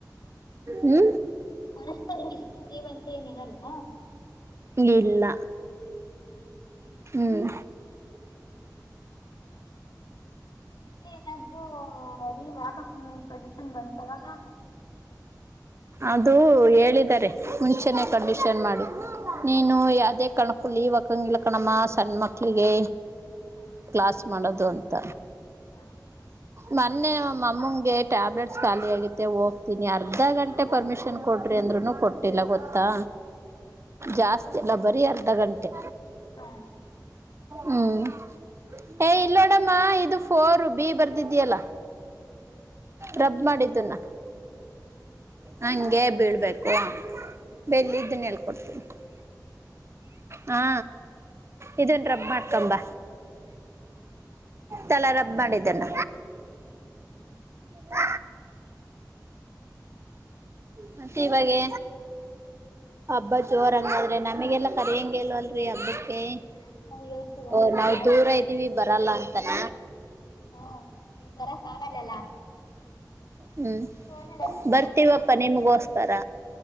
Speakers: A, on the right; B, on the left.
A: ಹ್ಮ
B: ಪರಸ್ಪರ್ ಇಷ್ಟ ಲೀವ್ ಅಂತ ಏನಿರಲ್ವಾ
A: ಇಲ್ಲ ಹ್ಮ್
B: ಮತ್ತೆ ಏನಾದೃ ಅಲ್ಲಿ ವ್ಯಾಪ ಪ್ರದಷನ್ ಬಂತವಾಗ
A: ಅದು ಹೇಳಿದ್ದಾರೆ ಮುಂಚೆನೆ ಕಂಡೀಷನ್ ಮಾಡಿ ನೀನು
B: ಹಾ
A: ಯಾವ್ದೇ ಕಾರಣಕ್ಕೂ ಹಾಕಂಗಿಲ್ಲ ಕಣಮ್ಮ ಸಣ್ಣ ಮಕ್ಳಿಗೆ
B: ಹಾ
A: ಕ್ಲಾಸ್ ಮಾಡೋದು ಅಂತ
B: ಹಾ
A: ಮೊನ್ನೆ ನಮ್ಮಂಗೆ ಟ್ಯಾಬ್ಲೆಟ್ಸ್ ಖಾಲಿ ಆಗತೆ ಹೋಗ್ತೀನಿ ಅರ್ಧ ಗಂಟೆ ಪರ್ಮಿಷನ್ ಕೊಡಿರಿ ಅಂದ್ರೂ ಕೊಟ್ಟಿಲ್ಲ ಗೊತ್ತಾ. ಜಾಸ್ತಿ ಅಲ್ಲ ಬರೀ ಅರ್ಧ ಗಂಟೆ
B: ಹಾ
A: ಹ್ಮ್ ಏ ಇಲ್ಲೋಡಮ್ಮ ಇದು ಫೋರ್ ಬಿ ಬರ್ದಿದಿಯಲ್ಲ ರಬ್ ಮಾಡಿದ್ದುನ್ನ ಹಂಗೆ ಬೀಳ್ಬೇಕು ಬೆಲ್ಲಿದ್ದನೇಳ್ಕೊಡ್ತೀನಿ ಹಾ ಇದೊಂದು ರಬ್ ಮಾಡ್ಕೊಂಬ ತಳ ರಬ್ ಮಾಡಿದ್ದಾನ ಹ ಮತ್ತೆ ಇವಾಗೆ ಹಬ್ಬ ಜೋರ ಹಂಗಾದ್ರೆ ನಮಗೆಲ್ಲ ಕರೆಯಂಗ್ ಈಲ್ಲ ಅ ಹಬ್ಬಕ್ಕೆ
B: ಬನ್ನಿ ಮೇಡಮ್ ಅಯ್ಯೋ ಶಿವ
A: ಓ ನಾವು
B: ಬೇಡ
A: ದೂರ ಇದ್ದೀವಿ ಬರಲ್ಲ ಅಂತಾನ?
B: ಹಾ ನೀನ್ ಬರ ಕಾಗಲ್ಲಲ್ಲಾ
A: ಹ್ಮ್
B: ಓನಾರ ಅಷ್ಟೇ
A: ಬರ್ತೀವಪ್ಪ
B: ಮಾತಾಡಿರದು
A: ನಿಮ್ಗೋಸ್ಕರ